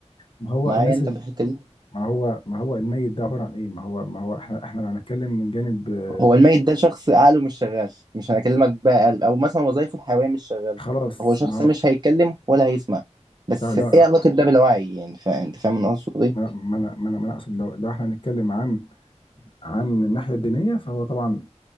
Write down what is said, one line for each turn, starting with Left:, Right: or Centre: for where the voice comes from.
Left: ما هو
Right: معايا
Left: الناس
Right: انت
Left: ال-
Right: في الحته دي
Left: ما هو ما هو الميت ده عباره عن ايه ما هو ما هو احنا احنا لو هنتكلم من جانب آه،
Right: هو الميت ده شخص عقله مش شغال مش هنكلمك بقى قلب او مثلا وظايفه الحيويه مش شغاله
Left: خلاص
Right: هو شخص
Left: ما
Right: مش
Left: هو
Right: هيتكلم ولا هيسمع بس
Left: لا لا
Right: ايه علاقه ده بالوعي يعني فا- انت فاهم انا اقصد ايه
Left: ما ما انا ما انا ما أنا اقصد لو لو احنا هنتكلم عن عن الناحيه الدينيه فهو طبعا